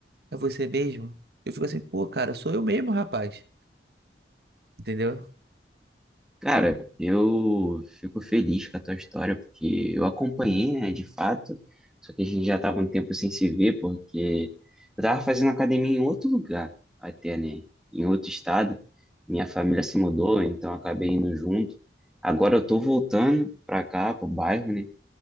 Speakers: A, on the right; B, in the centre.
A: é você mesmo? Eu fico assim, pô, cara, sou eu mesmo, rapaz. Entendeu?
B: Cara, eu fico feliz com a tua história, porque eu acompanhei, né, de fato, só que a gente já tava um tempo sem se ver, porque eu tava fazendo academia em outro lugar, até, né, em outro estado, minha família se mudou, então eu acabei indo junto, agora eu tô voltando pra cá, pro bairro, né,